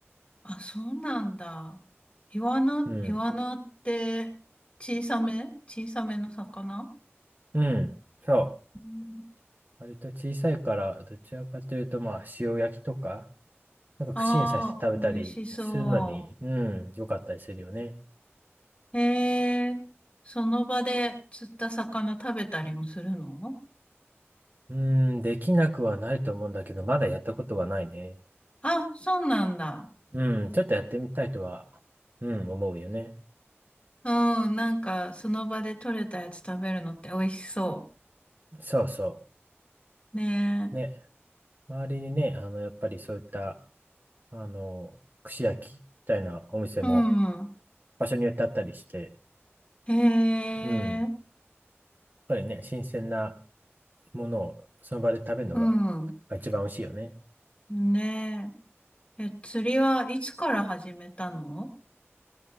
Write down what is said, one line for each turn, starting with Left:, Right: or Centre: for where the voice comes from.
Left: あ、そうなんだ。イワナ、
Right: うん、
Left: イワナって小さめ小さめの魚
Right: うん、そう。
Left: うん
Right: 割と小さいから、どちらかというと、まあ、塩焼きとか、なんか串に刺して食べたりするのに、
Left: ああ、美味しそう。
Right: うん、良かったりするよね。
Left: へえ、その場で釣った魚食べたりもするの
Right: うーん、できなくはないと思うんだけど、まだやったことはないね。
Left: あ、そうなんだ。
Right: うん、ちょっとやってみたいとは、うん、思うよね。
Left: うん、なんかその場で取れたやつ食べるのって美味しそ
Right: そうそ
Left: う。ね
Right: う。ね、周りにね、あの、やっぱりそういった、あの、串焼きみたいなお店も
Left: え。うん。
Right: 場所によってあったりして、
Left: へえ、
Right: うん、やっぱりね、新鮮なものをその場で食べるのがまあ一番美味しいよね。
Left: うん。ねえ。え、釣りはいつから始めたの